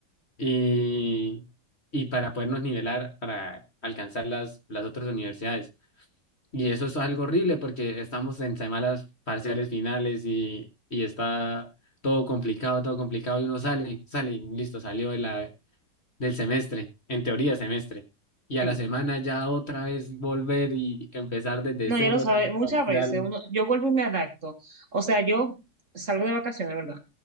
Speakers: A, on the left (about 35°); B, on the right (about 40°).
A: y, y para podernos nivelar, para alcanzar las, las otras universidades. Y eso es algo horrible porque estamos en semanas parciales finales y, y está todo complicado, todo complicado y uno sale, sale, y listo, salió de la, del semestre, en teoría semestre. Y a
B: sí.
A: la semana ya otra vez volver y empezar desde
B: No,
A: cero,
B: ya lo sabe,
A: otra vez
B: muchas
A: parciales.
B: veces uno, yo vuelvo y me adapto. O sea, yo salgo de vacaciones, ¿verdad?